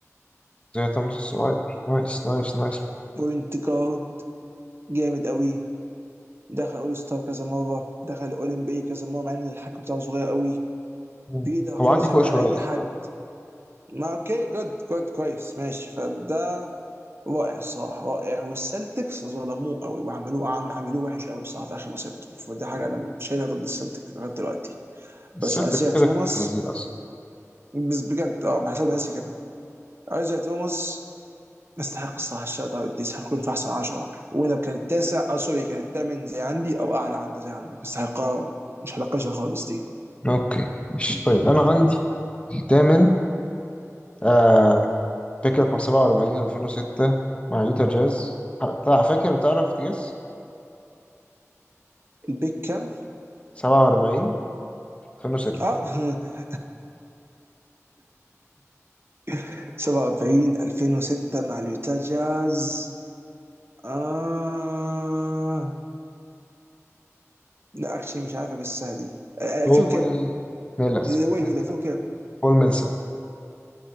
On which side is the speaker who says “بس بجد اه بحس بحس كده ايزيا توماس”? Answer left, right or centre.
Right